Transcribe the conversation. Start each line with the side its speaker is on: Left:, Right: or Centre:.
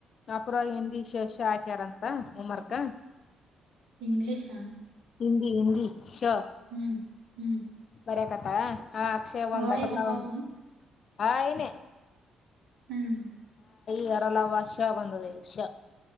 Left: ಪೂರ ಹಿಂದಿ ಶೇಷ ಹಾಕ್ಯಾರಂತ ಹೊಮರ್ಕ
Right: ಇಂಗ್ಲಿಷ್
Left: ಹಿಂದಿ ಹಿಂದಿ ಶ
Right: ಹ್ಮ್ ಹ್ಮ್
Left: ಬರ್ಯಕತ್ತಳ ಹಾ ಅಕ್ಷಯ್
Right: ಹೊಯಿ
Left: ಒಂದು ಬಟರ್ಲಾ
Right: ಬರ್ತಾವತನು
Left: ಒಂದು ಹಾಯೀನೇ.
Right: ಹ್ಮ್
Left: ಯಾ ರ ಲ ವ ಶ ಬಂದದೆ ಈ ಷ.